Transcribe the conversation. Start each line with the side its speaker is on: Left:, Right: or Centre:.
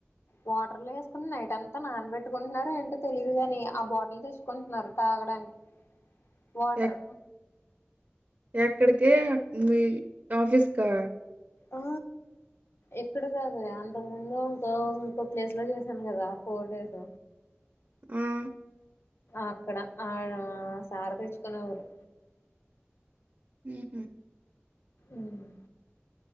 Left: వాటర్లో వేసుకుని నైట్ అంతా నానబెట్టుకుంటున్నారో ఏంటో తెలీదు కాని ఆ బాటిల్ తెచ్చుకుంటున్నారు తాగడానికి వాటర్
Right: ఎక్ ఎక్కడికి మీ ఆఫీస్కా
Left: ఆ ఇక్కడ కాదు అంత ముందు ఇంకో ఇంకో ప్లేస్లో చేశాను కదా ఫోర్ డేస్
Right: ఆ
Left: అక్కడ ఆడా సార్ తెచ్చుకునే వారు.
Right: హు హ్మ్.
Left: మ్.